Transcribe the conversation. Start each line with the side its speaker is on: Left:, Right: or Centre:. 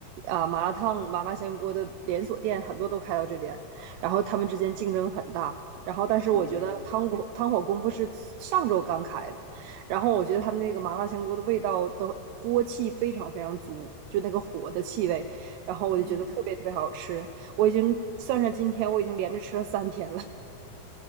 Right: 啊、麻辣烫、麻辣香锅的连锁店，很多都开到这边，然后他们之间竞争很大。然后，但是我觉得汤火汤火功夫是上周刚开的。
Left: <laughs>
Right: 然后我觉得他的那个麻辣香锅的味道的锅气非常非常足，就那个火的气味，
Left: 嗯
Right: 然后我就觉得特别特别好吃。
Left: 嗯，
Right: 我已经算上今天，我已经连着吃了三天了。<laughs>